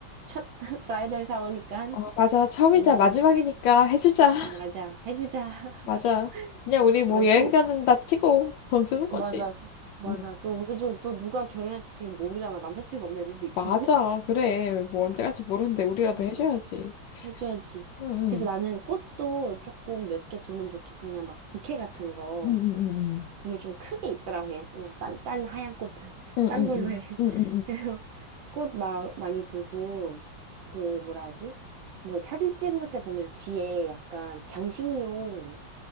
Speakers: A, on the right (about 80°); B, on the left (about 75°).
A: 첫 <laughs> 브라이덜 샤워니까,
B: 아 맞아 처음이자
A: 뭐,
B: 마지막이니까 해주자 <laughs>
A: 맞아, 해주자. <laughs>
B: 맞아 그냥 우리 뭐
A: 맞아,
B: 여행
A: 또,
B: 가는다 치고 돈 쓰는 거지
A: 맞아, 맞아.
B: 응
A: 또 우리 중에 또 누가 결혼할지 지금 모르잖아. 남자친구 없는 애들도 있고.
B: 맞아 그래 뭐 언제 갈지 모르는데
A: <laughs>
B: 우리라도
A: 어,
B: 해줘야지
A: 해줘야지.
B: 응응
A: 그래서 나는 꽃도 조금 몇 개 두면 좋겠, 그냥 막 부케 같은 거.
B: 응응응응
A: 보면 좀 크게 있더라고요. 그냥 싼, 싼 하얀 꽃, <laughs>
B: 응응응
A: 싼 걸로 해.
B: 응응응
A: <laughs> 그래서 꽃 마, 많이 두고, 그, 뭐라 하지? 뭐 사진 찍은 것때 보면 뒤에 약간 장식용,